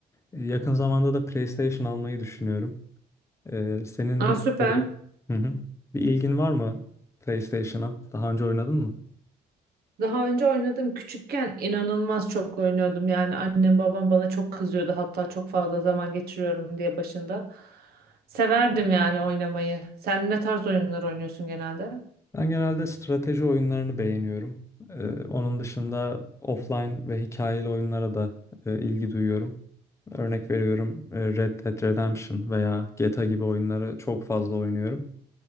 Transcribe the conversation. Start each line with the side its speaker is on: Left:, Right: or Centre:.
Left: E, Yakın zamanda da PlayStation almayı düşünüyorum. E, Senin
Right: Aa
Left: hiç
Right: süper.
Left: böyle hı hı. bir ilgin var mı PlayStation'a? Daha önce oynadın mı?
Right: Daha önce oynadım. Küçükken inanılmaz çok oynuyordum. Yani annem babam bana çok kızıyordu. Hatta çok fazla zaman geçiriyorum diye başında. Severdim yani oynamayı. Sen ne tarz oyunlar oynuyorsun genelde?
Left: Ben genelde strateji oyunlarını beğeniyorum. Ee, onun dışında offline ve hikayeli oyunlara da e, ilgi duyuyorum. Örnek veriyorum e, Red Dead Redemption veya GTA gibi oyunları çok fazla oynuyorum.